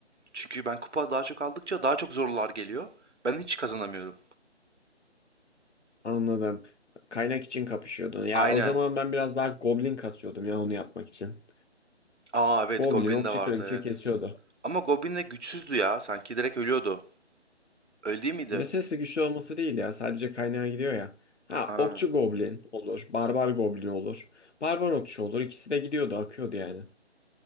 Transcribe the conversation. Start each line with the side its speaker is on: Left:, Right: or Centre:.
Right: Çünkü ben kupa daha çok aldıkça daha çok zorlular geliyor. Ben hiç kazanamıyorum.
Left: Anladım. Kaynak için kapışıyordun. Ya
Right: Aynen.
Left: o zaman ben biraz daha goblin kasıyordum ya onu yapmak için.
Right: Aa evet
Left: Goblin
Right: Goblin
Left: okçu
Right: de vardı
Left: kraliçe
Right: evet.
Left: kesiyordu.
Right: Ama Goblin de güçsüzdü ya. Sanki direkt ölüyordu. Öyle değil miydi?
Left: Meselesi güçlü olması değil ya. Sadece kaynağa gidiyor ya. Ha
Right: Ha,
Left: okçu goblin olur. Barbar goblin olur. Barbar okçu olur. İkisi de gidiyordu akıyordu yani.